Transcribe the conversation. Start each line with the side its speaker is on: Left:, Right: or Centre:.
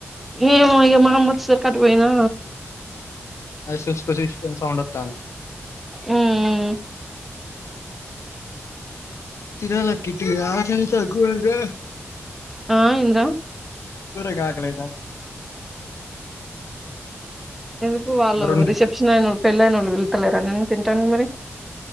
Centre: ఏమో ఇగ మా అమ్మ వొచ్చేసరికి అటు పోయినా
Left: అది సుస్క్ సుస్కు్ అని సౌండ్ ఓతాంది
Centre: ఉమ్మ్మ్
Left: తినాలక్కా ఇంటికి పోయి ఆకలి అయితాంది ఘోరంగా
Centre: ఆ ఏందిరా
Left: ఘోరంగా ఆకలయిదా
Centre: ఎందుకు వాళ్ళు
Left: రెండు
Centre: రిసెప్షన్ అయినోళ్ళు పెళ్లి అయినోళ్ళు పిలుతలేరా నిన్ను తింటానికి మరి